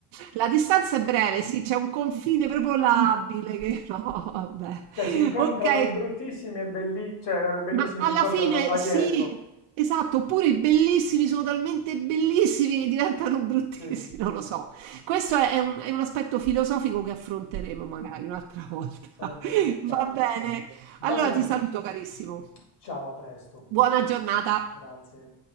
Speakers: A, on the right; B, on the left.
A: La distanza è breve, sì, c'è un confine proprio labile che <laughs> no, vabbè.
B: Cioè si incontrano
A: Ok,
B: i bruttissimi e belli, cioè i bellissimi
A: ma alla
B: si incontrano
A: fine
B: da
A: sì,
B: dietro.
A: esatto, oppure i bellissimi sono talmente bellissimi che diventano bruttissimi,
B: Sì,
A: non lo
B: sì.
A: so. Questo è è un, è un aspetto filosofico che affronteremo magari un'altra volta.
B: Sarebbe
A: <laughs>
B: il caso.
A: Va bene.
B: Va
A: Allora
B: bene.
A: ti saluto carissimo.
B: Ciao, a presto.
A: Buona giornata.
B: Grazie.